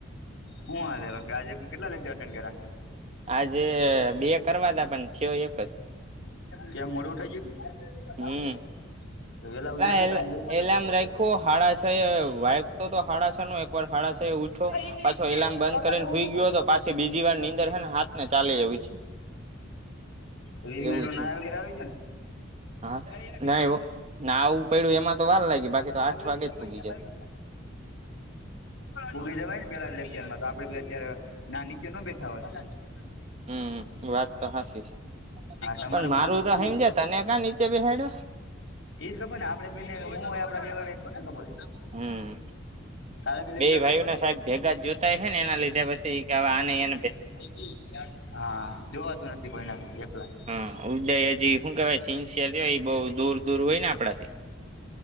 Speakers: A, on the left; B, on the right.
A: હું હાલે બાકી <unintelligible> આજે કેટલા લેક્ચર કર્યા?
B: આજે બે કરવા તા પણ થયો એક જ
A: ક્યાં મોડું ઉઠાઈ ગયું
B: હમ
A: તુ વેલા <unintelligible> ઉજ્યા
B: પેલા
A: <inaudible>
B: એલાર્મ
A: ખબર
B: રાખ્યો હાડા છ એ વાગતો તો હાડા છ નો એક વાર હાડા છ એ ઉઠો
A: પ ઈંગ્લિશ
B: પાછો એલાર્મ બંધ
A: તો
B: કરીને
A: તને હું
B: હુઈ
A: કીધું
B: ગયો
A: હતું
B: હતો પાછી બીજી
A: ઇંગ્લિશ
B: વાર નીંદર
A: ીસ
B: હે ને હાથ ને ચાલી એવી છે
A: મિનિટ
B: એવું છે
A: ના વગેરે આવી જાય ને
B: હા
A: <inaudible> એને <unintelligible> ભેગી
B: ના એવો ના આવું પડ્યું એમાં તો વાર લાગી બાકી તો આઠ
A: અંગ્રેજી
B: વાગે
A: નો
B: જ
A: કોઈ
B: પૂગી
A: છે
B: જાય
A: ભાઈબંધ ઉભીવાય <inaudible> ને પેલા લેક્ચરમાં તો આપડે અત્યારે બે ના નીચે ન બેઠા <inaudible>
B: હમ વાત તો હાચી છે
A: તમારા
B: પણ મારું
A: મોડું
B: તો
A: પૂરું
B: સમજ્યા તને ક્યા નીચે બેસાડ્યો
A: એજ ખબર ને આપડે બને હું હોય આપડે કોણ ને ખબર
B: હમ
A: કાલેથી
B: બે
A: લેક્ચર અટેન્ડ
B: ભાઈને
A: કરું
B: સાહેબ ભેગા જૂત ને એના લીધે પછી કે હવે એને એમ
A: <unintelligible> હા જોવાતું નથી પણ ના એકલા
B: હા ઉદય હજી હું કેવાય સિન્સિયર થયો એ બહુ દૂર દૂર હોય ને આપડા થી